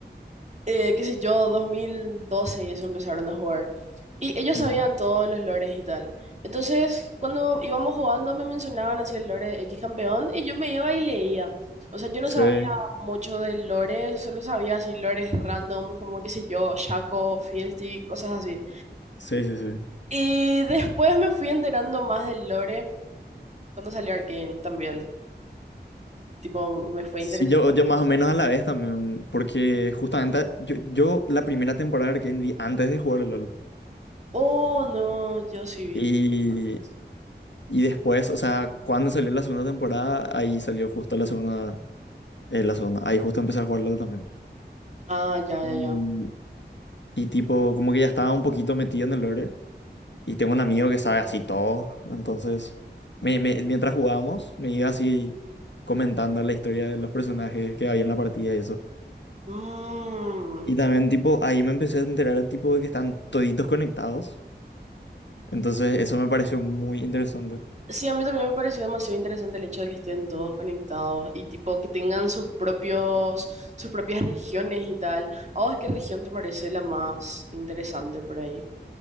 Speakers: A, on the right; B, on the left.
A: eh, qué sé yo, 2012 y eso empezaron a jugar. Y ellos
B: Ujú.
A: sabían todos los lores y tal. Entonces, cuando íbamos jugando, me mencionaban así el lore X campeón y yo me iba y leía. O sea, yo no
B: Sí.
A: sabía mucho del lore, solo sabía así lores random, como qué sé yo, Shaco, Fealty, cosas así.
B: Sí, sí, sí.
A: Y después me fui enterando más del lore cuando salió Arcane también. Tipo, me fue
B: Sí,
A: interesando
B: yo, yo
A: más.
B: más o menos a la vez también, porque justamente yo, yo la primera temporada de Arcane vi antes de jugar al LOL.
A: Oh, no, yo sí vi
B: Y,
A: antes.
B: y después, o sea, cuando salió la segunda temporada, ahí salió justo la segunda, eh, la segunda, ahí justo empecé a jugar LOL también.
A: Ah, ya,
B: Y,
A: ya, ya.
B: y tipo, como que ya estaba un poquito metido en el lore, Y tengo un amigo que sabe así todo. Entonces, me- me- mientras jugábamos, me iba así comentando la historia de los personajes que había en la partida y eso.
A: Mm,
B: Y también, tipo, ahí me empecé a enterar, tipo, de que están toditos conectados. Entonces, eso me pareció muy interesante.
A: Sí, a mí también me pareció demasiado interesante el hecho de que estén todos conectados y tipo que tengan sus propios, sus propias regiones y tal. ¿A vos qué región te parece la más interesante por ahí?